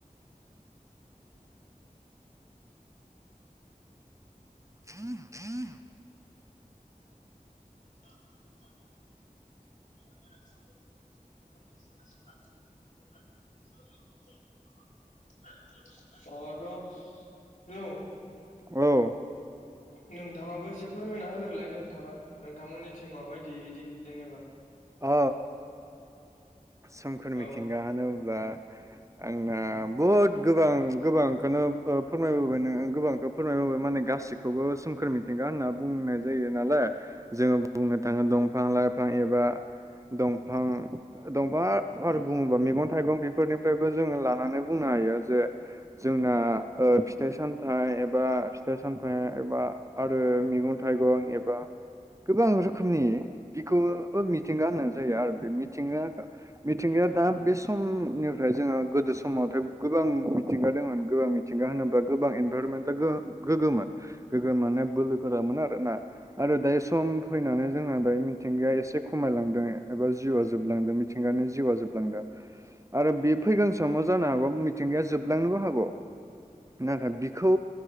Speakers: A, on the right (about 20°); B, on the left (about 65°).
A: <inaudible>
B: <unintelligible> <unintelligible> <inaudible> अ द हेलौ
A: औ
B: नोंथाङाबो एसे फोरमायना होग्रोलाय नोंथाङा नोंथांमोननि माबायदि इदि जेनेबा।
A: औ सोमखोर
B: औ
A: मिथिंगा होनोब्ला आंना बहुद गोबां गोबांखौनो फोरमायबोबाय नोङो गोबांखौ फोरमायबोबाय माने गासिखौबो सोमखोर मिथिंगा होनना बुंनाय जायो नालाय। जोङो बुंनो थाङो दंफां लाइफां एबा दंफां दंफा आरो बुङोबा मैगं थाइगं बेफोरनिफ्रायबो जोङो लानानै बुंनो हायो जे जोंना ओ फिथाइ सामथाइ एबा फिथाइ सामथाइ एबा आरो मैगं थाइगं एबा गोबां रोखोमनि बिखौबो मि मिथिंगा होननाय जायो आरो बे मिथिंगा मिथिंगाया दा बे समनिफ्राय जोंङो गोदो समावथाय गोबां मिथिंगा दंमोन गोबां मिथि मिथिंगा होनोब्ला गोबां इनभाइरमेन्टआ गोगोममोन। गोगोम मान बोलो गोरामोन आर ना आरो दायो सम फैनानै जोंना दायो मिथिंगाया एसे खमायलांदों एबा जिउआ जोबलांदों मिथिंगानो जिउआ जोबलांदों। आरो बे फैगोन समाव जानो हागौ मिथिंगाया जोबलांनोबो हागौ। नाथाय बिखो